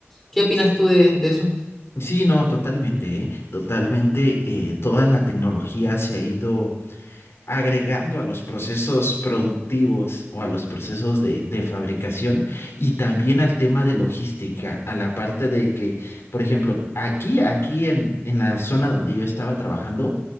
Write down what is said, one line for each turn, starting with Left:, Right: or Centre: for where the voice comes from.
Centre: ¿Qué opinas
Left: S-
Centre: tú de, de eso?
Left: Sí, no, totalmente, ¿eh? Totalmente, eh, toda la tecnología se ha ido agregando a los procesos productivos o a los procesos de, de fabricación y también al tema de logística, a la parte de que, por ejemplo, aquí, aquí en, en la zona donde yo estaba trabajando,